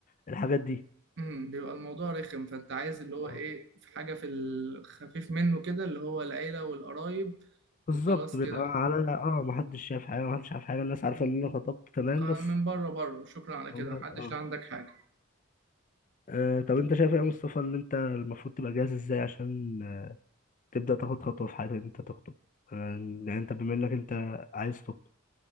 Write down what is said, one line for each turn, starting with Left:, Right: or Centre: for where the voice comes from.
Left: الحاجات دي
Right: امم بيبقى الموضوع رخم فانت عايز اللي هو
Left: آه،
Right: ايه في حاجه في الخفيف منه كده اللي هو العيله والقرايب
Left: بالظبط
Right: وخلاص
Left: بيبقى
Right: كده
Left: على اه محدش شايف حاجه محدش عارف حاجه الناس عارفه ان انا خطبت تمام
Right: من
Left: بس
Right: بره بره وشكرا على كده
Left: هم-
Right: محدش
Left: اه
Right: لا عندك حاجه
Left: آه، طب انت شايف ايه يا مصطفى ان انت المفروض تبقى جاهز ازاي عشان تبدأ تاخد خطوة في حياتك إن أنت تخطب آه، يعني أنت بما إنك أنت عايز تخطب